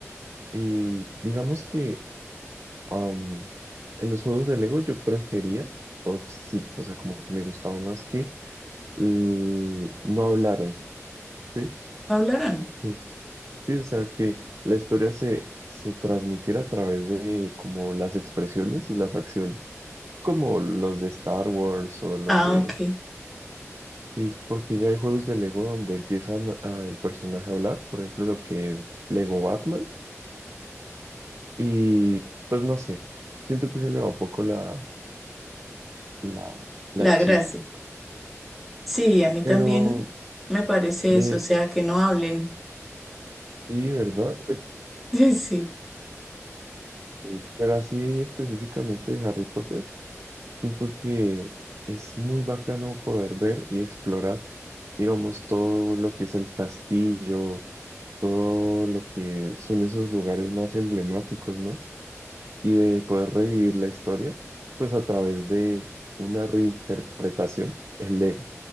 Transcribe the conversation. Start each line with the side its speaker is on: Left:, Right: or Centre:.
Right: Y digamos que Am, en los juegos de Lego yo prefería, o sí, o sea, como que me gustaba más que eh, no hablaran, ¿sí?
Centre: ¿No hablarán?
Right: Sí, sí, o sea, que la historia se, se transmitiera a través de como las expresiones y las acciones, como los de Star Wars o los
Centre: Ah,
Right: de...
Centre: ok.
Right: Sí, porque ya hay juegos de Lego donde empiezan a- el personaje a hablar, por ejemplo, lo que es Lego Batman, y pues no sé, siento que se le va un poco la, la, la
Centre: La
Right: chispa
Centre: gracia. Sí, a mí
Right: Pero
Centre: también me parece
Right: de,
Centre: eso, o sea, que no hablen.
Right: sí, ¿verdad? <laughs>
Centre: <laughs> Sí,
Right: Sí, pero así específicamente de Harry Potter, siento que es muy bacano poder ver y explorar, digamos, todo lo que es el castillo, todo lo que son esos lugares más emblemáticos, ¿no? Y de poder revivir la historia, pues a través de una reinterpretación, el Lego.